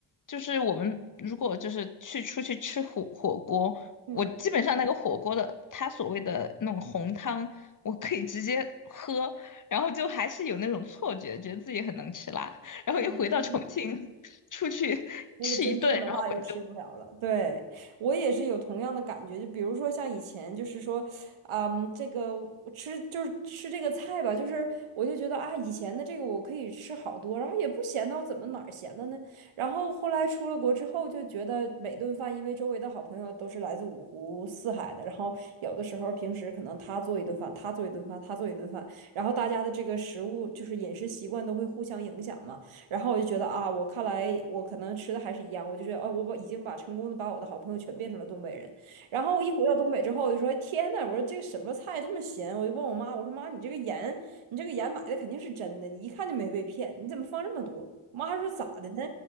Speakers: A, on the left; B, on the right.
A: 就是我们如果就是去出去吃火火锅，
B: 嗯
A: 我基本上那个火锅的它所谓的那种红汤，我可以直接喝，然后就还是有那种错觉，觉得自己很能吃辣，<laughs> 然后一回到重庆
B: 嗯。
A: <laughs> 出去吃一顿，
B: 那个真正的辣又吃不了了。
A: 然后我就
B: 对，我也是有同样的感觉，就比如说像以前，就是说，嗯，这个吃就是吃这个菜吧，就是我就觉得啊，以前的这个我可以吃好多，然后也不咸我怎么哪儿咸了呢？然后后来出了国之后，就觉得每顿饭，因为周围的好朋友都是来自五湖四海的，然后有的时候平时可能他做一顿饭，他做一顿饭，他做一顿饭，然后大家的这个食物就是饮食习惯都会互相影响嘛。然后我就觉得啊，我看来我可能吃的还是一样，我就觉得哦，我把已经把成功的把我的好朋友全变成了东北人。然后一回到东北之后，我就说天呐，我说这个什么菜这么咸？我就问我妈，我说妈，你这个盐，你这个盐买的肯定是真的，你一看就没被骗，你怎么放这么多？我妈说咋的呢？